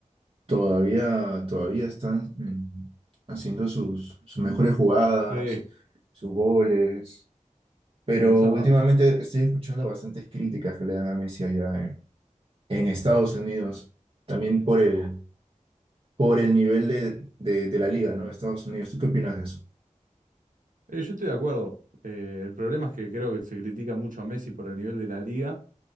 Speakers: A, on the right; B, on the right.
A: Todavía, todavía están mm, haciendo sus, sus mejores jugadas,
B: Sí.
A: sus goles, pero
B: Sí, eso es
A: últimamente
B: verdad.
A: estoy escuchando bastantes críticas que le dan a Messi allá en, en Estados Unidos, también por el, por el nivel de, de, de la liga, ¿no? Estados Unidos, ¿tú qué opinas de eso?
B: Eh, yo estoy de acuerdo. Eh, el problema es que creo que se critica mucho a Messi por el nivel de la liga